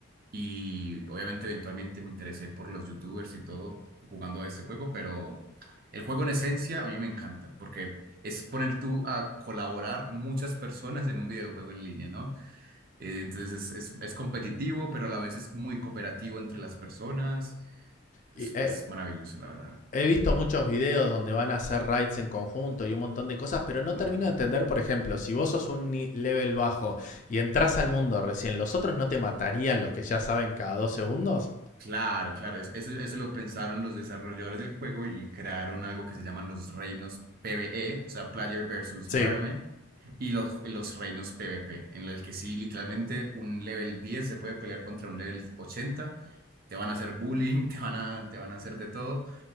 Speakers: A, on the right; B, on the left.
A: y obviamente eventualmente me interesé por los youtubers y todo jugando a este juego, pero el juego en esencia a mí me encanta, porque es poner tú a colaborar muchas personas en un videojuego en línea, ¿no? Eh, entonces es, es- es competitivo, pero a la vez es muy cooperativo entre las personas.
B: Y,
A: Es,
B: eh,
A: es maravilloso, la verdad.
B: he visto muchos videos donde van a hacer raids en conjunto y un montón de cosas, pero no termino
A: Ujú.
B: de entender, por ejemplo, si vos sos un ni- level bajo y entras al mundo recién, ¿los otros no te matarían los que ya saben cada dos segundos?
A: Claro, claro, es- eso, eso lo pensaron los desarrolladores del juego y crearon algo que se llaman los reinos PvE, o sea, Player versus
B: Sí,
A: Environment, y los, los reinos PvP, en los que sí, literalmente un level 10 se puede pelear contra un level 80. te van a hacer bullying, <laughs> te van a, te van a hacer de todo,